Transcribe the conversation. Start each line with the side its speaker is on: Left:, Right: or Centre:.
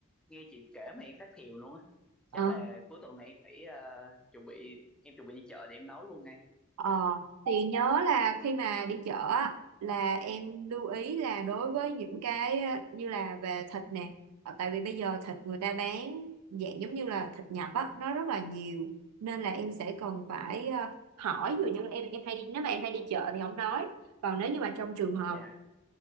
Centre: nghe chị kể mà em phát thiều luôn á.
Right: ờ
Centre: Chắc là cuối tuần này em phải ờ, chuẩn bị em chuẩn bị đi chợ để em nấu luôn ngay.
Right: Ờ, thì nhớ là khi mà đi chợ á, là em lưu ý là đối với những cái ờ, như là về thịt nè Ờ, tại vì bây giờ thịt người ta bán dạng giống như là thịt nhập á nó rất là nhiều nên là em sẽ cần phải ờ, hỏi ví dụ như em em hay đi nếu mà em hay đi chợ thì không nói còn nếu như mà trong trường hợp
Centre: Dạ,